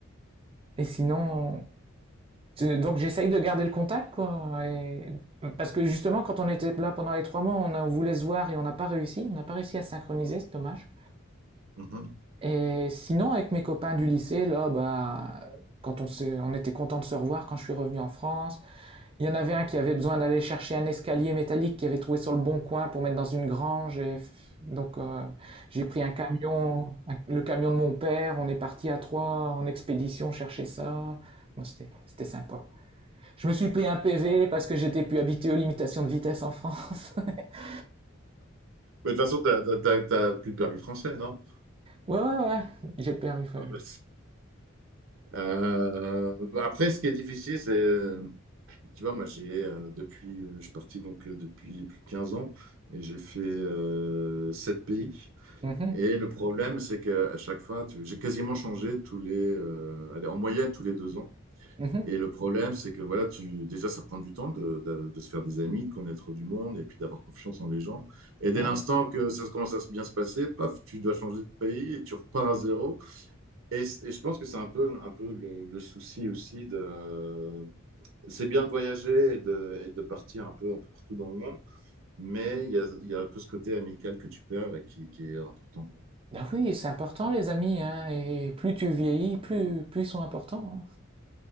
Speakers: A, on the right; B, on the right.
A: Et sinon, donc j'essaye de garder le contact, quoi. et- Parce que justement, quand on était là pendant les trois mois, on a- on voulait se voir et on n'a pas réussi. On n'a pas réussi à synchroniser, c'est dommage.
B: Mhm.
A: Et sinon, avec mes copains du lycée, là, bah, quand on s'est, on était content de se revoir quand je suis revenu en France. Il y en avait un qui avait besoin d'aller chercher un escalier métallique qu'il avait trouvé sur le bon coin pour mettre dans une grange. Et donc euh, j'ai pris un camion, un- le camion de mon père. On est parti à trois en expédition chercher ça. Bon, c'était, c'était sympa. Je me suis pris un PV parce que j'étais plus habitué aux limitations de vitesse en France. <laughs>
B: Mais de toute façon, t'as, t'as, t'as- t'as plus de permis français, non?
A: ouais, ouais, ouais. J'ai le permis.
B: <laughs>
A: Ouais.
B: Ah, bah, Euh, bah après, ce qui est difficile, c'est Tu vois, moi, j'ai euh, depuis, euh, je suis parti donc euh, depuis plus de 15 ans et j'ai fait euh, 7 pays.
A: Mhm,
B: Et le problème, c'est qu'à chaque fois, tu- j'ai quasiment changé tous les, euh, allez, en moyenne tous les deux ans.
A: mhm.
B: Et le problème, c'est que voilà, tu, déjà, ça prend du temps de, de- de se faire des amis, de connaître du monde et puis d'avoir confiance en les gens. Et dès
A: Ouais.
B: l'instant que ça commence à se bien se passer, paf, tu dois changer de pays et tu repars à zéro. Et, c- et je pense que c'est un peu, un peu le, le souci aussi de, c'est bien de voyager et de, et de partir un peu, un peu, partout dans le monde, mais il y a, il y a un peu ce côté amical que tu perds et qui, qui est important. quoi.
A: Ben oui, c'est important les amis, hein, et plus tu vieillis, plus, plus ils sont importants.